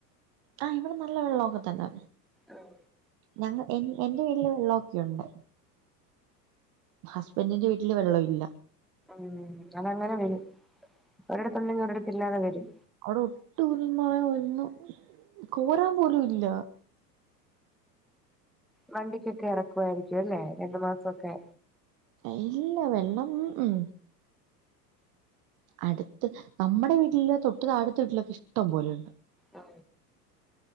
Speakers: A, on the right (about 35°); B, in the centre.
A: ആ ഇവിടെ നല്ല വെള്ളമൊക്കെ തന്നെ
B: ഉം
A: ഞങ്ങ എന്എന്റെ വീട്ടിൽ വെള്ളവൊക്കെയുണ്ട് ഹസ്ബൻഡിന്റെ വീട്ടില് വെള്ളം ഇല്ല
B: ഉം അതങ്ങനെ വരൂ ഒരിടത്തുണ്ടങ്കിൽ ഒരിടുത്ത്ഇല്ലാതെ വരും
A: അവിടെ ഒട്ടുയില്ലയെന്നു പറഞ്ഞാ ഒന്ന് കോരാൻ പോലും ഇല്ല
B: വണ്ടിക്കൊക്കെ എറക്കുവായിരിക്കും അല്ലേ രണ്ടു മാസമൊക്കെ
A: ഇല്ല വെള്ളംമം ഉം അടുത്ത് നമ്മുടെ വീട്ടില് തൊട്ടു താഴത്തെ വീട്ടിലൊക്കെ ഇഷ്ടം പോലെയുണ്ട്
B: ആ